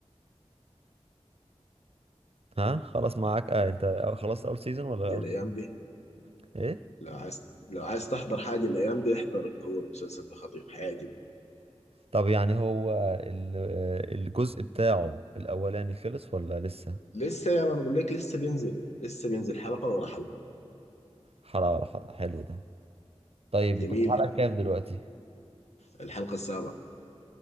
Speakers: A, on the right; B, on the left.
A: ها خلص معاك آه أنت خلصت أول سيزون ولا
B: دي
A: أول
B: الايام
A: سيزون؟
B: دي
A: إيه؟
B: لو عايز لو عايز تحضر حاجه الايام دي احضر اللي هو المسلسل ده خطير حيعجبك
A: طب يعني هو ال- آه، الجزء بتاعه الأولاني خلص ولا لسه؟
B: لسه يا ما انا بقول لك لسه بينزل لسه بينزل حلقه ورا حلقه
A: حلقة ولا حلقة حلو ده طيب
B: جميل
A: أنت في الحلقة
B: يعني.
A: كام دلوقتي؟
B: الحلقه السابعه